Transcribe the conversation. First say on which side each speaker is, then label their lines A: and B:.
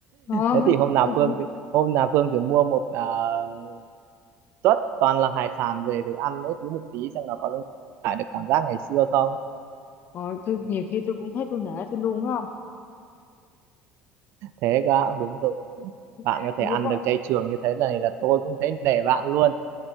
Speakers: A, on the left (about 45°); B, on the right (about 70°).
A: thôi
B: thế thì hôm nào
A: tôi
B: Phương
A: cũng
B: thử, hôm nào Phương thử mua một uh, suất toàn là hải sản về thử ăn mỗi thứ một tí xem là có lại được cảm giác ngày xưa không
A: rồi tôi nhiều khi tôi cũng thấy tôi nể tôi luôn á không
B: thế cơ ạ, đúng rồi bạn
A: <laughs>
B: có thể ăn được chay trường như thế này là tôi cũng thấy nể bạn luôn